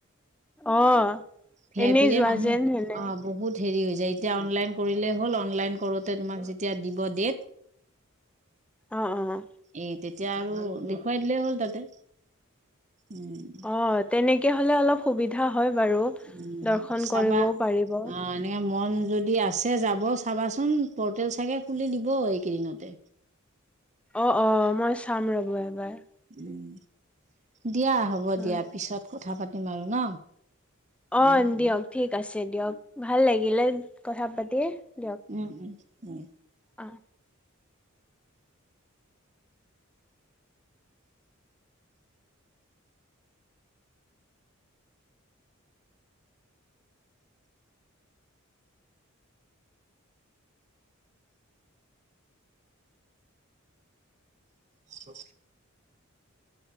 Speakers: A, in the centre; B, on the right.
A: অ',
B: ভি
A: এনেই
B: আই পিৰে
A: যোৱা
B: মানুহ
A: যেন হেনে
B: অ বহুত হেৰি হৈ যায় এতিয়া অনলাইন কৰিলেই হ'ল অনলাইন কৰোতে তোমাক যেতিয়া দিব ডেট
A: অ', অ',
B: এই তেতিয়া আৰু দেখুৱাই দিলেই হ'ল তাতে উম
A: অ', তেনেকে হ'লে অলপ সুবিধা হয় বাৰু।
B: উ
A: দৰ্শন
B: চাবা
A: কৰিবও পাৰিব।
B: অ এনেকে মন যদি আছে যাব চাবাচোন পৰ্টেল চাগে খুলি দিব এইকেইদিনতে
A: অ অ মই চাম ৰ'ব এবাৰ
B: উম, দিয়া হ'ব
A: হয়।
B: দিয়া পিছত কথা পাতি ম আৰু ন
A: অ
B: উম, উম,
A: দিয়ক ঠিক আছে দিয়ক ভাল লা গিলে কথা পাতি দিয়ক
B: উম উম উম
A: অ'।
B: অ